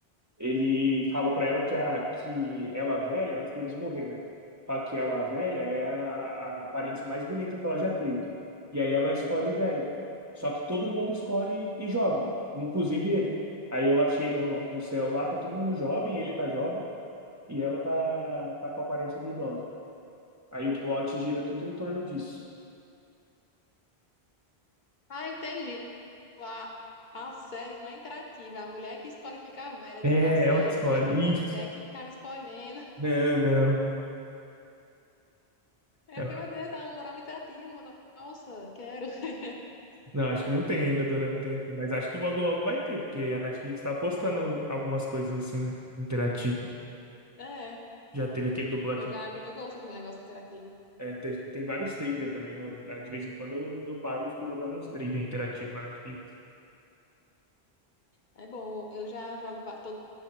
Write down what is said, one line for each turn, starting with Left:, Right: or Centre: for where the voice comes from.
Right: ele fala pra ela que, a, que ela velha, antes deles morrer, né? Fala que ela velha é a, a aparência mais bonita que ela já teve. E aí ela escolhe velha. Só que todo mundo escolhe e jovem, inclusive ele. Aí ela chega no, no céu lá, tá todo mundo jovem, ele tá jovem, e ela tá, tá com a aparência de idosa. Aí o plot gira tudo em torno disso.
Left: Ah, entendi. A, a série não é interativa, é a mulher que escolhe ficar velha
Right: É,
Left: do- da série,
Right: ela que escolhe.
Left: né? Achei que era tão
Right: Isso.
Left: mulher que ficava escolhendo.
Right: Não, não.
Left: É,
Right: Ela-
Left: meu Deus, é um Dorama interativo. Nossa, quero. <laughs>
Right: Não, acho que não tem ainda dorama interativo, mas acho que logo logo vai ter, porque a Netflix tá apostando algumas coisas assim, né? Interativo.
Left: É.
Right: Já teve aquele do Black
Left: Eu já
Right: Mirror.
Left: eu gosto de negócio interativo.
Right: É, tem, tem vários trivia também, né? Eu- De vez em quando eu, eu paro e fico jogando uns trivia interativo na Netflix.
Left: É bom, eu já jogo va- todos,